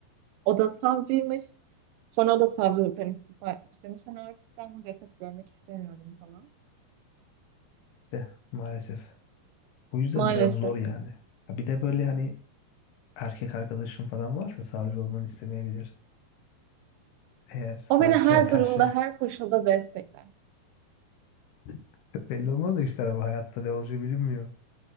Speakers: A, on the right (about 90°); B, on the left (about 75°).
A: O da savcıymış. Sonra o da savcılıktan istifa etmiş demiş. Hani artık ben ceset görmek istemiyorum falan.
B: De maalesef. O yüzden
A: Maalesef.
B: biraz zor yani. Ha Bir de böyle hani erkek arkadaşım falan varsa savcı olmanı istemeyebilir. Eğer savcılığa
A: O beni her
B: karşı
A: durumda, her koşulda destekler.
B: <laughs> belli olmaz o işler ama hayatta ne olacağı bilinmiyor.